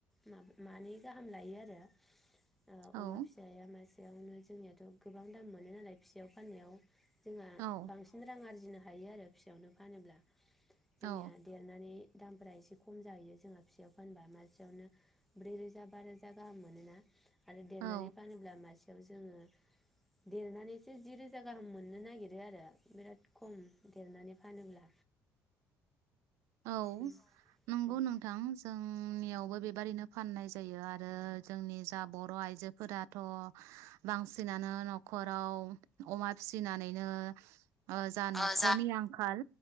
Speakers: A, in the centre; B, on the right.
A: मा मानै गाहाम लायो आरो। अ अमा
B: औ
A: फिसाया मास बेयावनो जोंनियाथ गोबां दाम मोनो नालाय। फिसायाव फाननायाव। जोंहा
B: औ
A: बांसिन रां आरजिनो हायो आरो फिसायावनो फानोब्ला। जोंनिया
B: औ
A: देरनानै दामफोरा एसे खम जाहैयो जोंहा फिसायाव। एखनबा मासेयावनो ब्रै रोजा बा रोजा गाहाम मोनोना। आरो देरनानै
B: औ
A: फानोब्ला मासे जोेङो देरनानै जि रोजा गाहाम मोननो नागिरो आरो बिराद खम देरनानै फानोब्ला।
B: औ
A: उम
B: नंगौ
A: उम
B: नोंथां जों उम नियावबो बेबायदिनो फाननाय जायो। आरो जोंनि जा बर' आइजो फोराथ बांसिनानो न'खराव अमा फिसिनानैनो अ जा न'खरनि
A: औ
B: आंखाल